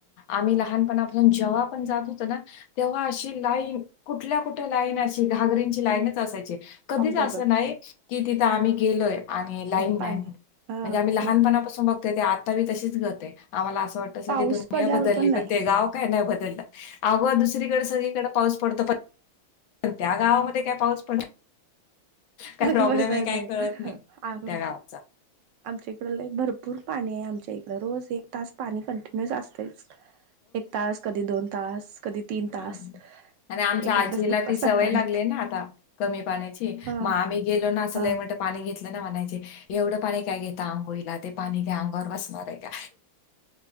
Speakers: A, on the left; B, on the right.
A: आम्ही लहानपणापासून जेव्हा पण जात होतो ना... तेव्हा अशी लाईन कुठल्या कुठल्या लाईन अशी घागरींची लाईनच असायची... कधीच
B: अग बाय
A: असं
B: बाय
A: नाही की तिथं आम्ही गेलोय... आणि लाईन
B: पाणी
A: नाही म्हणून
B: हा
A: म्हणजे आम्ही लहानपणापासून
B: मग
A: बघ.. ते आताी तशीच गत आहे आम्हाला असं वाटत सगळी
B: पाऊस
A: दुनिया
B: पडल्यावर
A: बदलली
B: नाही
A: पण ते गाव काय नाही बदललं आगो दुसरीकडे सगळीकडे पाऊ पडतो पण त्या गावामध्ये काय पाऊस पडत.... काय
B: अग
A: प्रॉब्लेम
B: बाय बाय
A: आहे काय
B: बाय
A: कळत नाही
B: आ...
A: त्या गावाचा
B: आमच्या इकड भरपूर पाणी आहे आमच्या इकड रोज एक तास पाणी कंटिन्युस असतेच... एक तास कधी दोन तास कधी... तीन तास
A: ह आणि आमच्या
B: एक
A: आजीला
B: एक तास दुप्पा
A: ती
B: सकाळी
A: सवय लागली ना आता... कमी पाण्याची
B: हा
A: मग आम्ही गेलो ना असलय
B: हा
A: म्हणत पाणी घेतलं ना म्हणायचे... एवढं पाणी काय घेता अंघोळीला ते पाणी काय अंगावर बसणार आहे का...